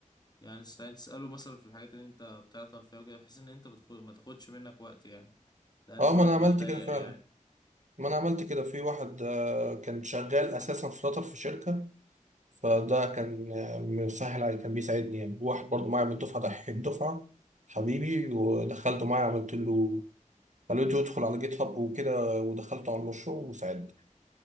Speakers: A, on the left (about 30°); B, on the right (about 65°).
A: يعني تستعين تسأله مثلا في الحاجات اللي أنت بتعطل فيها وكده بحيث إن أنت بتخد... ما تاخدش منك وقت يعني لأن
B: اه
A: الوقت
B: ما انا
A: بقى
B: عملت
A: ضيق
B: كده فعلا
A: يعني
B: ما انا عملت كده في واحد آه، كان شغال اساسا فلاتر في شركة فده
A: مم.
B: كان آه، مسهل علي كان بيساعدني يعني واحد برضه معايا من الدفعة دحيح الدفعة حبيبي ودخلته معايا عملت له خليته يدخل على جيت هاب وكده ودخلته على المشروع وساعدني